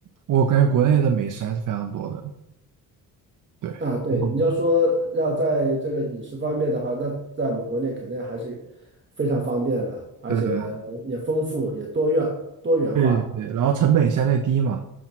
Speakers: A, on the right; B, on the right.
A: 我感觉国内的美食还是非常多的，对，
B: 啊。对，
A: 嗯，
B: 你要说要在这个饮食方面的话，那在我们国内肯定还是非常方便的，而且也丰富，
A: 对对
B: 也多元多元化。
A: 对对对，然后成本也相对低嘛。